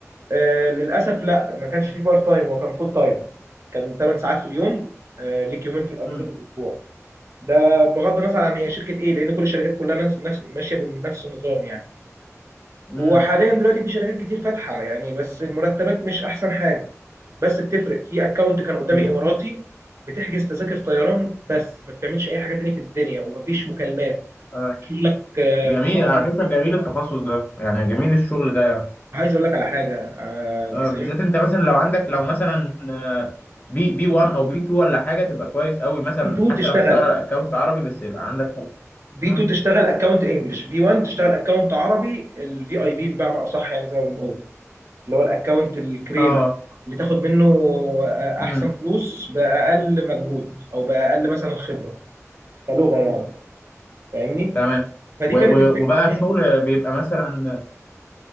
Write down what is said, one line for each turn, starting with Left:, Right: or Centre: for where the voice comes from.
Right: آه للاسف لا ما كانش في بارت تايم هو كان فول تايم كان 8 ساعات في اليوم آه ليك يومين في الاجازه
Left: امم
Right: في الاسبوع ده بغض النظر عن هي شركه ايه لان كل الشركات كلها نفس نفس- ماشيه بنفس النظام يعني
Left: امم
Right: وحاليا دلوقتي في شركات كتير فاتحه يعني بس المرتبات مش احسن حاجه بس بتفرق في اكونت كان قدامي
Left: امم
Right: اماراتي بتحجز تذاكر طيران بس ما بتعملش اي حاجه تاني في الدنيا ومفيش مكالمات
Left: آه.
Right: شغلك آه،
Left: جميل
Right: في صفحه
Left: على فكرة جميل التخصص ده يعني جميل الشغل ده يعني
Right: عايز اقول لك على حاجه آه،
Left: آه.
Right: 90
Left: بالذات انت مثلا لو عندك لو مثلا آه، بي بي 1 او بي 2 ولا حاجة تبقى كويس قوي مثلا
Right: في 2
Left: حتى
Right: تشتغل
Left: لو هتشتغل على اكونت عربي بس يبقى عندك حاجة
Right: بي
Left: مم.
Right: 2 تشتغل اكونت انجلش بي 1 تشتغل اكونت عربي الفي اي بي بمعنى اصح يعني زي ما بنقول اللي هو الاكونت الكريمه
Left: اه
Right: اللي تاخد منه آه،
Left: امم
Right: احسن فلوس باقل مجهود او باقل مثلا خبره كلغه يعني فاهمني
Left: تمام
Right: فدي
Left: و-
Right: كانت
Left: و-
Right: الفكره
Left: وبقى
Right: مم.
Left: الشغل بيبقى مثلا